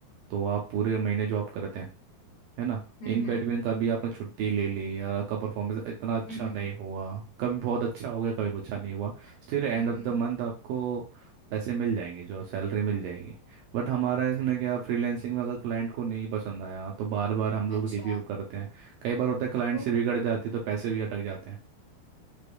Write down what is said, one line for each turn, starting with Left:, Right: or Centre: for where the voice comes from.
Right: तो आप पूरे महीने जॉब करते हैं है ना
Left: हम्म
Right: इन
Left: हम्म
Right: बैटमैन का भी आपने छुट्टी ले ली या आपका परफॉर्मेंस इतना अच्छा
Left: हम्म हम्म
Right: नहीं हुआ कभी बहुत अच्छा हो गया कभी अच्छा नहीं हुआ Still end
Left: हम्म,
Right: of
Left: हम्म।
Right: the month आपको पैसे मिल जाएंगे जो सैलरी मिल जाएगी बट हमारा इसमें क्या फ्रीलैंसिंग में अगर क्लाइंट को नहीं पसंद आया तो बार बार हम लोग
Left: अच्छा
Right: रिव्यू करते हैं कई बार होता है क्लाइंट
Left: ओ
Right: से बिगड़ जाती है तो पैसे भी अटक जाते हैं